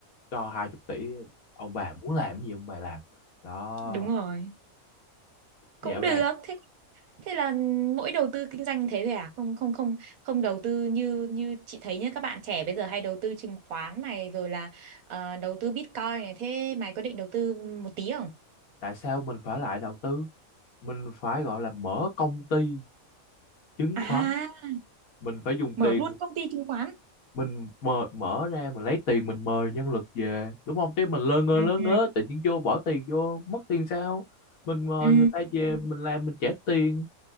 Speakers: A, on the left; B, on the right.
A: cho 20 tỷ ông bà muốn làm gì ông bà làm đó
B: Đúng rồi.
A: dạo
B: cũng được
A: này
B: thế thế là mỗi đầu tư kinh doanh thế thôi à không không không không đầu tư như như chị thấy nhá các bạn trẻ bây giờ hay đầu tư chứng khoán này rồi là ờ, đầu tư Bitcoin này thế mày có định đầu tư một tí không
A: tại sao mình phải lại đầu tư mình phải gọi là mở công ty chứng
B: à
A: khoán mình phải dùng
B: mở
A: tiền
B: luôn công ty chứng khoán
A: mình mở, mở ra mình lấy tiền mình mời nhân lực về đúng không chứ mình lơ ngơ
B: ừ
A: lơ
B: ừ
A: ngớ tự nhiên vô bỏ tiền vô mất tiền sao mình mời
B: ừ
A: người ta về mình làm mình trả tiền